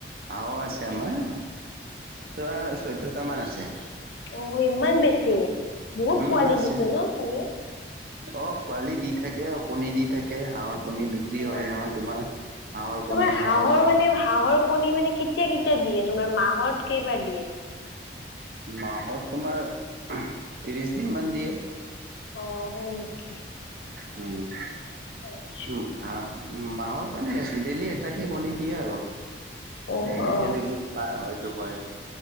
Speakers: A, on the right; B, on the left.
A: হাঁহয়ো আছে আমাৰ, তোমাৰ চৈধ্যটা মান আছে।
B: অ ইমান বেছি। বহুত
A: উম
B: পোৱালি
A: আছে।
B: দিছে ন চাগে?
A: অঁ পোৱালি দি থাকে, অ কণী দি থাকে, হাঁহৰ কণী বি ক্ৰী
B: অ
A: হয় নহয় তোমাৰ, হাঁহৰ
B: তোমাৰ
A: কণী হাঁহৰ পোৱালি।
B: মানে হাঁহৰ কণী মানে কেতিয়া কেতিয়া দিয়ে তোমাৰ মাহত কেইবাৰ দিয়ে?
A: মাহত তোমাৰ ত্ৰিশ দিনমান দিয়ে।
B: অ হয় নেকি?
A: উম।
B: আটছ
A: উম, হাঁহ মাহত মানে ডেইেলি এটাকে কনি দিয়ে আৰু।
B: অ
A: যেতিয়ালৈকি
B: অ
A: পায় এইটো হয়,